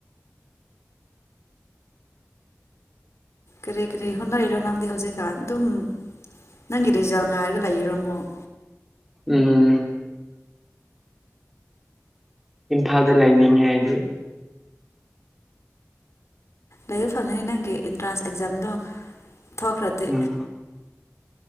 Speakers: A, on the left; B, in the centre.
A: ꯀꯔꯤ ꯀꯔꯤ ꯍꯣꯠꯅꯔꯤꯔꯣ ꯅꯪꯗꯤ ꯍꯧꯖꯤꯛꯀꯥꯟ ꯑꯗꯨꯝ ꯅꯪꯒꯤ ꯔꯤꯖꯜ ꯉꯥꯏꯔꯒ ꯂꯩꯔꯣ ꯑꯃꯨꯛ
B: ꯎꯝ ꯏꯝꯐꯥꯜꯗ ꯂꯩꯅꯤꯡꯉꯦ ꯍꯥꯏꯁ
A: ꯂꯩꯕ ꯐꯪꯒꯅꯤ ꯅꯪꯒꯤ ꯑꯦꯟꯇ꯭ꯔꯥꯟꯁ ꯑꯦꯛꯖꯥꯝꯗꯣ ꯊꯣꯛꯈ꯭ꯔꯗꯤ
B: ꯎꯝ